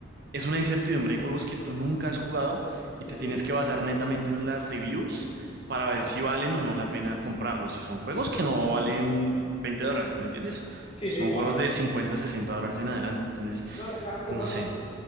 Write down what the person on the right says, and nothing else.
es una incertidumbre. Hay juegos que tú nunca has jugado y
te
tienes que basar netamente en las reviews para
ver si valen o no la pena comprarlos. Y son juegos que no valen 20 dólares, ¿sí ¿me entiendes?
Son
juegos de cincuenta sesenta dólares en adelante. Entonces,
no
sé.